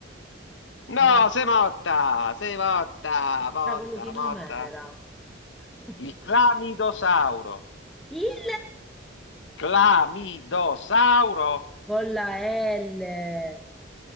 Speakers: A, in the centre; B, on the left (about 75°).
A: ma
B: No,
A: non.
B: sei morta, sei morta,
A: Che
B: morta,
A: cavolo di nome
B: morta.
A: era? <laughs>
B: Il clamidosauro.
A: Il
B: Clamidosauro?
A: con la L.